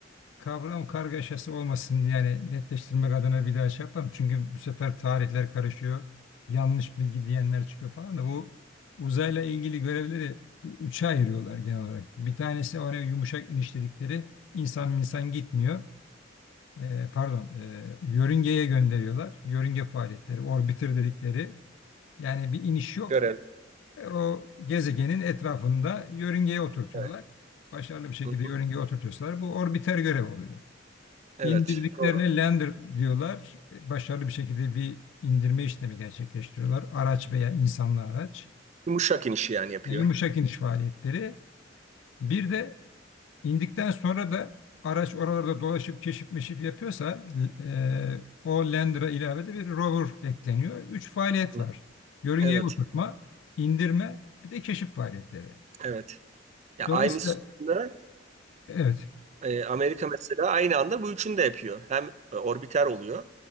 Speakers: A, on the left; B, on the right.
A: kavram kargaşası olmasın diye yani netleştirmek adına bir daha şey yapalım. Çünkü bu sefer tarihler karışıyor. Yanlış bilgi diyenler çıkıyor falan da bu uzayla ilgili görevleri üçe ayırıyorlar genel olarak. Bir tanesi oraya yumuşak iniş dedikleri insan minsan gitmiyor. e, pardon e, yörüngeye gönderiyorlar. Yörünge faaliyetleri, orbiter dedikleri. Yani bir iniş yok.
B: görev.
A: E, O gezegenin etrafında yörüngeye oturtuyorlar.
B: Evet.
A: Başarılı bir şekilde
B: Hı
A: yörüngeye
B: hı.
A: oturtuyorsalar bu orbiter görev oluyor.
B: Evet,
A: İndirdiklerine
B: doğru.
A: lander diyorlar. E, Başarılı bir şekilde bir indirme işlemi gerçekleştiriyorlar. Araç veya insanlı araç.
B: Yumuşak iniş yani yapıyor.
A: Yani yumuşak iniş faaliyetleri. Bir de İndikten sonra da araç oralarda dolaşıp keşif meşif yapıyorsa e, o Lander'a ilave de bir rover ekleniyor. Üç faaliyet
B: Hı.
A: var. Yörüngeye
B: Evet,
A: oturtma, indirme, bir de keşif faaliyetleri.
B: evet. Ya
A: Dolayısıyla
B: aynı sütunda
A: evet,
B: e, Amerika mesela aynı anda bu üçünü de yapıyor. Hem e, orbiter oluyor,